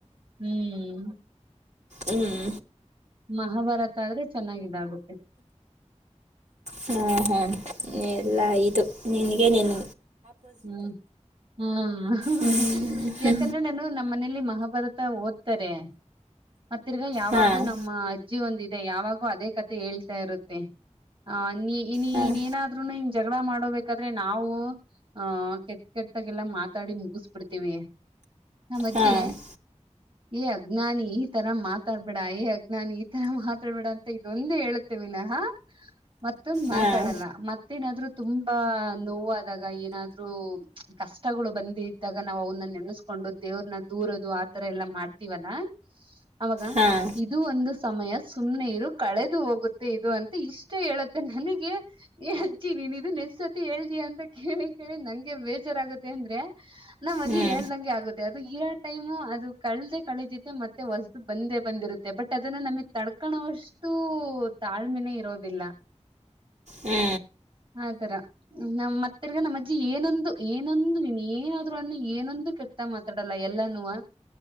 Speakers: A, on the right; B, on the right.
A: ಹ್ಮ್
B: ಹ್ಮ್
A: ಮಹಾಭಾರತ ಆದ್ರೆ ಚೆನ್ನಾಗಿದಾಗು
B: ಹ್ಮ ಹ್ಮ
A: ಹ್ಮ್
B: ಎಲ್ಲ ಇದು ನಿನ್ಗೆ ನಿನ್
A: ಹ್ಮ್ ಹ್ಮ್ ಅಹ್ ಹ್
B: ಹ್ಞೂ
A: ಹ್ ಯಾಕಂದ್ರೆ ನಾನು ನಮ್ಮ್ ಮನೇಲಿ ಮಹಾಭಾರ ತ ಓದ್ತಾರೆ ಮತ್ತ್ ತೀರ್ಗ ಯಾವಾಗೂ
B: ಹಾಂ
A: ನಮ್ಮ ಅಜ್ಜಿ ಒಂದ ಇದ್ ತ್ತೆ ಯಾವಾಗೂ ಅದೇ ಕತೆ ಹೇಳ್ತಾ ಇರುತ್ತೆ ಆವ್ ನೀ ನೀನೆನಾದ್ರುನು
B: ಹಾಂ
A: ಹಿಂಗ್ ಜಗಳ ಮಾಡೋಬೇಕಾದ್ರೆ ನಾವು ಹಾ ಕೆಟ್ ಕೆಟ್ದಾಗೆಲ್ಲಾ ಮಾತಾಡಿ ಮುಗಸಬಿಡ್ತೀವಿ. ನಮ್ ಅಜ್ಜೀ
B: ಹಾಂ
A: ಏ ಅಜ್ಞಾನಿ ಈ ತರ ಮಾತಾಡ್ಬೇಡ ಏ ಅಜ್ಞಾನಿ ಈ ತರ ಮಾತಾಡ್ಬೇಡ ಅಂತ ಇದೊಂದ್ ಹೇಳುತ್ತೆ ವಿನಹ ಮತ್ತೊಂದ್ ಮಾತಾಡಲ್ಲ
B: ಹಾಂ
A: ಮತ್ತೇನಾದ್ರು ತುಂಬಾ ನೋವಾದಾಗ ಏನ್ ನಾದ್ರೂ <unintelligible> ಕಷ್ಟಗಳು ಬಂದ್ ಇದ್ದಾಗ ನಾವ್ ಅವನ್ನ ನೆನೆಸ್ಕೊಂಡು ದೇವ್ರನ್ನ ದೂರದು ಆತರ ಎಲ್ಲಾ ಮಾಡ್ತೀವಲ್ಲ ಅವಾಗ,
B: ಹಾಂ
A: ಇದೂ ಒಂದು ಸಮಯ ಸುಮ್ನೆ ಇರು ಕಳೆದು ಹೋಗುತ್ತೆ ಇದು ಅಂತ ಇಷ್ಟೆ ಹೇಳುತ್ತೆ ನನಗೆ ಏ ಅಜ್ಜಿ ನೀನ್ ಇದನ್ ಎಷ್ಟ್ ಸತಿ ಹೇಳ್ತಿಯ ಅಂತ ಕೇಳಿ ಕೇಳಿ ನಂಗೆ ಬೇಜಾರಾಗತ್ತೆ ಅಂದ್ರೆ ನಮ್ ಅಜ್ಜಿ
B: ಹ್ಞೂ
A: ಹೇಳ್ದಂಗೆ ಆಗುತ್ತೆ ಅದು <unintelligible> ಟೈಮು ಅದು ಕಳ್ದೆ ಕಳಿತೈತೆ ಮತ್ತೆ ಹೊಸ್ದು ಬಂದೇ ಬಂದಿರುತ್ತೆ ಬಟ್ ಅದನ್ನ ನಮಿಗ್ ತಡ್ಕಣವಷ್ಟೂ ತಾಳ್ಮೆನೆ ಇರೋದಿಲ್ಲ.
B: ಹ್ಮು.
A: ಆ ತರ ನಮ್ ಮತ್ ತಿರ್ಗ ನಮ್ ಅಜ್ ಜ್ಜಿ ಏನೊಂದು ಏನೊಂದು ನೀನ್ ಏನಾದ್ರು ಅನ್ನು ಏನೊಂದು ಕೆಟ್ಟ ಮಾತಾಡಲ್ಲ ಎಲ್ಲಾನೂವ